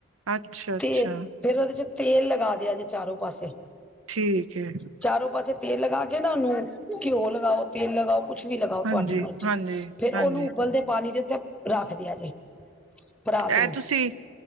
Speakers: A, on the right; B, in the centre.
A: ਅੱਛਾ-ਅੱਛਾ।
B: ਤੇ ਫੇਰ ਉਹਦੇ 'ਚ ਤੇਲ ਲਗਾ ਦਿਆ ਜੇ ਚਾਰੋਂ ਪਾਸੇ।
A: ਠੀਕ ਹੈ।
B: ਚਾਰੋਂ ਪਾਸੇ ਤੇਲ ਲਗਾ ਕੇ ਨਾ ਉਹਨੂੰ, ਘਿਓ ਲਗਾਓ ਤੇਲ ਲਗਾਓ ਕੁਛ ਵੀ ਲਗਾਓ
A: ਹਾਂਜੀ
B: ਤੁਹਾਡੀ ਮਰਜ਼ੀ,
A: ਹਾਂਜੀ
B: ਫੇਰ
A: ਹਾਂਜੀ
B: ਉਹਨੂੰ ਉਬਲਦੇ ਪਾਣੀ ਦੇ ਉੱਤੇ ਰੱਖਦੇ ਆ ਜੇ। ਪਰਾਤ
A: ਇਹ
B: ਨੂੰ,
A: ਤੁਸੀਂ